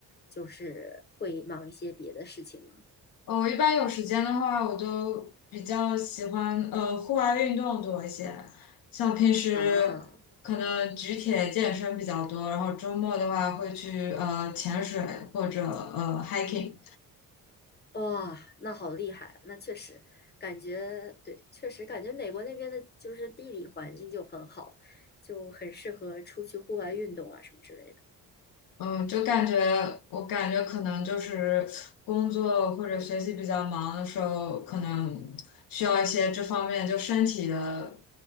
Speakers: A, on the left (about 25°); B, on the left (about 70°).
A: 就是会忙一些别的事情呢？
B: 呃我一般有时间的话，我都比较喜欢呃户外运动多一些，像平时可能举铁健身比较多，
A: 啊，
B: 然后周末的话会去呃潜水或者呃 hiking，
A: 哇，那好厉害啊！那确实，感觉对，确实感觉美国那边的就是地理环境就很好，就很适合出去户外运动啊什么之类的。
B: 嗯，就感觉我感觉可能就是工作或者学习比较忙的时候，可能需要一些这方面就身体的